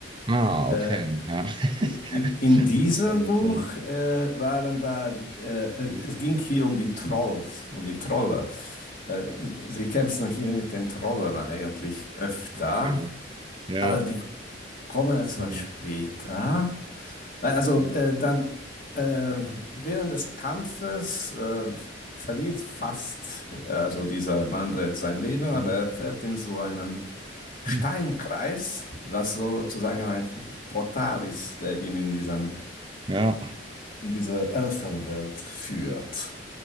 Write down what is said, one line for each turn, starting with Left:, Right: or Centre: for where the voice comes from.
Right: Ah,
Left: Äh,
Right: okay, ja. <laughs>
Left: in, in diesem
Right: Das kann gut
Left: Buch
Right: sein.
Left: äh, waren da, äh,
Right: Mhm.
Left: es ging hier um die Trolls, um die Trolle. Äh, sie kämpfen hier mit den Trollen eigentlich öfter,
Right: Okay, ja.
Left: aber die kommen etwas
Right: stimmt.
Left: später. Also
Right: Mhm.
Left: äh, dann äh, während des Kampfes äh, verliert fast äh, also dieser Manfred sein Leben,
Right: Mhm.
Left: aber er fällt in so einen Steinkreis,
Right: Mhm.
Left: was sozusagen ein Portal ist, der ihm in diesen,
Right: Ja.
Left: in diese Elfenwelt führt.